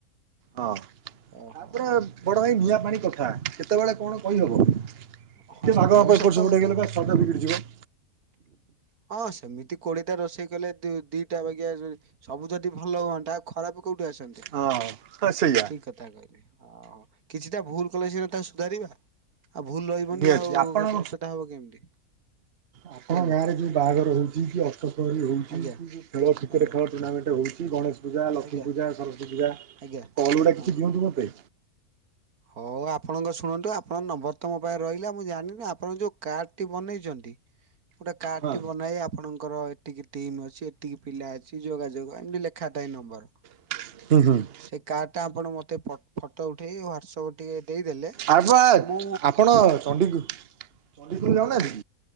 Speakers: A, on the right; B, on the right.
A: ହଁ
B: ଓହୋ।
A: ତାପରେ ବଡ ଭାଇ ନିଆଁ ପାଣି କଥା କେତେବେଳେ କଣ କହିହବ? ଟିକେ
B: ହଁ ସେଟା
A: ଭାଗ ମାପ
B: ବି
A: ଏପଟ
B: ସତ
A: ସେପଟ
B: କଥା
A: ହେଇଗଲେ ସ୍ଵ୍ଵାଦ ବିଗିଡି ଯିବ।
B: ହଁ ସେମିତି କୋଡିଟା ରୋଷେଇ କଲେ ଦି ଦିଟା ବାଗା ସବୁ ଯଦି ଭଲ ହୁଅନ୍ତା। ଖରାପ କୋଉଠି ଆସନ୍ତି
A: ହଁ ହଁ ସେଇଆ
B: ଠିକ ଅ ଏମିତି କିଛିଟା ଭୁଲ କଲେ ସିନା ତାକୁ ସୁଧାରିବା। ଆଉ ଭୁଲ ରହିବନି
A: ନିହାତି
B: ଆଉ
A: ଆପଣ
B: ଜିନିଷଟା ହବ କେମିତି?
A: ଆପଣ
B: କୁହନ୍ତୁ
A: ଗାଁରେ ଯୋଉ ବାହାଘର ହଉଛି କି। <unintelligible> ହଉଛି ଖେଳ
B: ଆଜ୍ଞା
A: କ୍ରିକେଟ
B: ଆଜ୍ଞା
A: ଖେଳ ଟୁର୍ଣ୍ଣାମେଣ୍ଟ ହଉଛି ଗଣେଶ ପୂଜା ଲକ୍ଷ୍ମୀ
B: ଆଜ୍ଞା
A: ପୂଜା ସରସ୍ଵତି ପୂଜା
B: ଆଜ୍ଞା
A: କଲ ଗୁଡା
B: ହଁ।
A: କିଛି ଦିଅନ୍ତୁ ମୋତେ।
B: ହଉ ଆପଣଙ୍କ ଶୁଣନ୍ତୁ ଆପଣଙ୍କ ନମ୍ବର ତ ମୋ ପାଖରେ ରହିଲା ମୁଁ ଜାଣିନି ଆପଣଙ୍କ ଯୋଉଁ କାର୍ଡ଼ଟି ବନେଇଛନ୍ତି। ଗୋଟେ କାର୍ଡ
A: ହଁ।
B: ଟି ବନାଇ ଆପଣଙ୍କର ଏତିକି ଟିମ୍ ଅଛି ଏତିକି ପିଲା ଅଛି ଯୋଗାଯୋଗ ଆମେ ବି ଲେଖାଥାଏ ନମ୍ବର।
A: <inaudible>
B: ସେଇ କାର୍ଡଟା ଆପଣ ମତେ ଫ ଫଟୋ ଉଠେଇ ହ୍ୱାଟସଆପ୍ ଟିକେ ଦେଇଦେଲେ
A: ଆର୍ ବା
B: ମୁଁ
A: ଆପଣ ଚଣ୍ଡି ଚଣ୍ଡିଗଡ଼ ଯାଉନାହାନ୍ତି